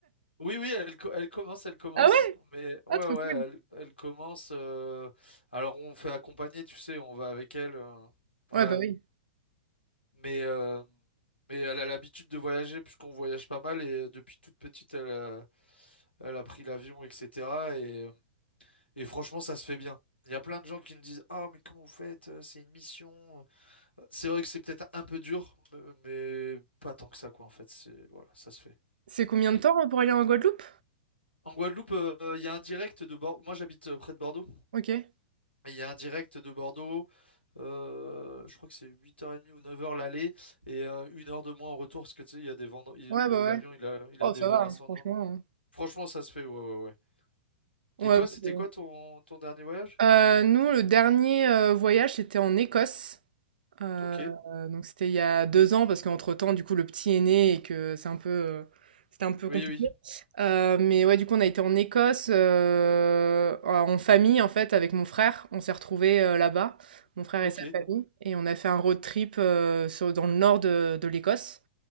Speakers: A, on the left; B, on the right.
A: oui, oui, elle, co- elle commence, elle commence.
B: Ah ouais?
A: Mais ouais,
B: Ah trop
A: ouais,
B: cool.
A: elle, elle commence. euh, alors on fait accompagner, tu sais, on va avec elle. euh, on
B: Ouais,
A: la,
B: bah oui.
A: Mais, euh, mais elle a l'habitude de voyager puisqu'on voyage pas mal et euh, depuis toute petite, elle a, elle a pris l'avion, etc. Et, euh, et franchement, ça se fait bien. Il y a plein de gens qui nous disent, Ah, mais comment vous faites? euh, C'est une mission. Euh, C'est vrai que c'est peut-être un peu dur, me- mais pas tant que ça, quoi, en fait. C'est, voilà, ça se fait.
B: C'est combien
A: Et
B: de temps, heu, pour aller en Guadeloupe?
A: en Guadeloupe, euh, euh, il y a un direct de Bordeaux. Moi, j'habite euh, près de Bordeaux.
B: OK.
A: Il y a un direct de Bordeaux, euh, je crois que c'est 8h30 ou neuf heures l'aller, et euh, une heure de moins en retour, parce que tu sais, il y a des vents, dans- il-
B: Ouais,
A: le-
B: bah
A: l'avion,
B: ouais.
A: il a, il
B: Oh
A: a des
B: ça
A: vents
B: va, hein,
A: ascendants,
B: franchement,
A: donc
B: hein.
A: franchement, ça se fait, ouais, ouais, ouais.
B: Ouais,
A: Et toi,
B: parce
A: c'était
B: que,
A: quoi ton, ton dernier voyage?
B: heu, nous le dernier, heu, voyage c'était en Écosse. Heu,
A: Ok,
B: donc c'était il y a 2 ans parce qu'entre-temps, du coup, le petit est né et que c'est un peu, heu, c'était un peu
A: oui,
B: compliqué.
A: oui,
B: Heu, mais ouais, du coup, on a été en Écosse, heu, en famille, en fait, avec mon frère. On s'est retrouvés, heu, là-bas, mon frère
A: ok,
B: et sa famille et on a fait un road trip, heu, sur dans le nord de de l'Écosse